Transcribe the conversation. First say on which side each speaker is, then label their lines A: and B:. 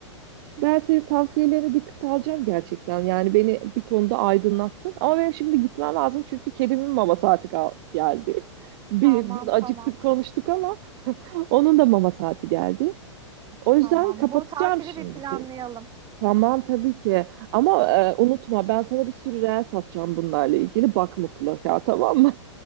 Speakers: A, on the right (about 50°); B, on the right (about 25°).
A: Ben senin tavsiyelerine dikkat alacağım gerçekten. Yani beni bir konuda aydınlattın. Ama benim şimdi gitmem lazım çünkü kedimin mama saati gal- geldi. <laughs> Bi-
B: Tamam
A: Biz acıktık
B: tamam.
A: konuştuk ama onun da mama saati geldi. O
B: Tamam.
A: yüzden kapatacağım
B: Bu tatili
A: şimdi
B: bir planlayalım.
A: seni. Tamam tabii ki. Ama e, unutma ben sana bir sürü reel satacağım bunlarla ilgili. Bak mutlaka tamam mı?